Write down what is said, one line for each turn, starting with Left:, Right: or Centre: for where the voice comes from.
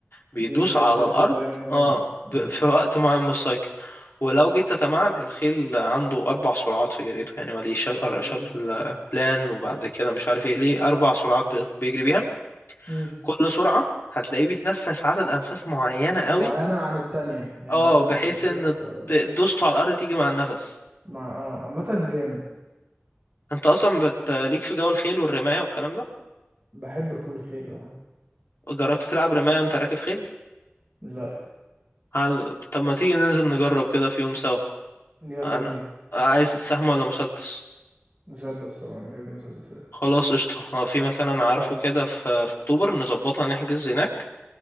Left: بيدوس
Right: بيدبدب
Left: على الارض
Right: بطريقة معينة
Left: اه ب-
Right: آه.
Left: في وقت معين من السايكل ولو جيت تتمعن الخيل عنده اربع سرعات في جريته يعني هو ليه شك-
Right: مم.
Left: شكل بلان وبعد كده مش عارف ايه ليه اربع سرعات بي- بيجري بيها
Right: مم.
Left: كل سرعة هتلاقيه بيتنفس عدد انفاس معينة قوي
Right: معينة عن التانية يعني
Left: اه
Right: عدد
Left: بحيث
Right: أنفاس
Left: ان
Right: آه.
Left: د- دوسته على الارض تيجي مع النفس
Right: مع... آه. عامة جامد
Left: انت اصلا بت... ليك في جو الخيل والرماية والكلام ده
Right: بحب ركوب الخيل اه
Left: جربت تلعب رماية وانت راكب خيل
Right: لا
Left: عايز- طب ما تيجي ننزل نجرب كده في يوم سوا
Right: يلا
Left: انا
Right: بينا
Left: عايز سهم ولا مسدس
Right: مسدس طبعا بحب المسدسات
Left: خلاص قشطة اه، في مكان انا
Right: فعلا
Left: عارفه كده في في اكتوبر نظبطها نحجز هناك